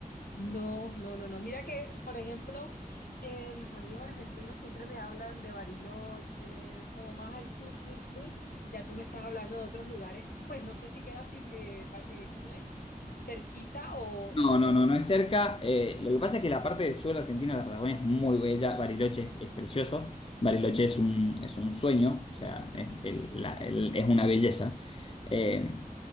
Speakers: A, on the left (about 75°); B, on the left (about 40°).
A: No, no, no, no. Mira que, por ejemplo, eh, mis amigos argentinos siempre me hablan de Bariloche, de como más al sur, sur, sur. Ya tú me estás hablando de otros lugares. Pues no sé si queda, sin, eh, pa- eh, ¿cómo es? Cerquita o,
B: No, no, no, no es
A: o...
B: cerca. Eh, lo que pasa es que la parte del sur de Argentina, la Patagonia, es muy bella. Bariloche es, es precioso. Bariloche es un, es un sueño, o sea, es, el- la- el- es una belleza. Eh,